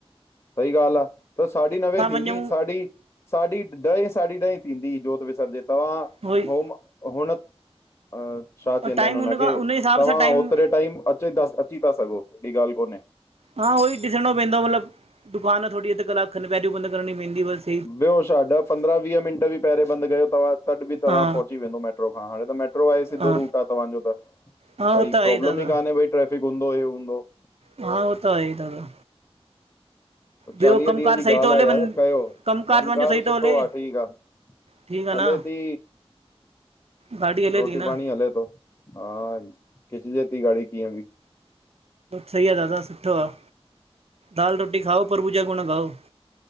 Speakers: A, on the left (about 35°); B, on the right (about 70°).
A: सही ॻाल्हि आ, त साढी नवें थींदी,
B: वञूं
A: साढी साढी ॾहें, साढी ॾहें थींदी जोत विसरजित, तव्हां
B: उहोई
A: होम हुण छा चवंदा
B: और टाइम
A: आहिन हुनखे,
B: हुन खां हुन हिसाब
A: तव्हां
B: सां टाइम
A: ओतिरे टाइम अची थ, अची था सघो, हेॾी ॻाल्हि कोन्हे।
B: हा उहो ई ॾिसणो पवंदो मतलब दुकान थोड़ी, अध कलाकु खनि पहिरियों बंदि करणी पइंदी बस।
A: ॿियो छा, ॾह पंद्रहं वीह मिंट बि पहिरियोें बंदि कयो तव्हां, तॾि बि तव्हा
B: हा
A: पहुची वेंदो मेट्रो खां, हाणे त मट्रो आहे, सिद्धो
B: हा
A: रुट आ तव्हांजो त,
B: हा हो
A: भइ
B: त आहे
A: प्रोब्लम
B: दादा
A: ई कान्हे भइ ट्रेफिक हूंदो हे हूंदो।
B: हा, उ त आहे दादा।
A: चालीह
B: ॿियो कमकार
A: ॾींहंन जी
B: सही
A: ॻाल्ह
B: थो हले
A: आ यार
B: बं
A: कयो,
B: कमकार
A: कम
B: तव्हांजो
A: कार
B: सही थो
A: सुठो
B: हले
A: आ, ठीक आ।
B: ठीकु आ
A: हले
B: न
A: ती,
B: गाॾी हले
A: रोटी
B: थी न
A: पाणी हले तो। हा, खिचजेती गाड़ी कीअं ॿि।
B: सही आ दादा सुठो आ, दाल रोटी खाओ, प्रभु जा गुण ॻाओ।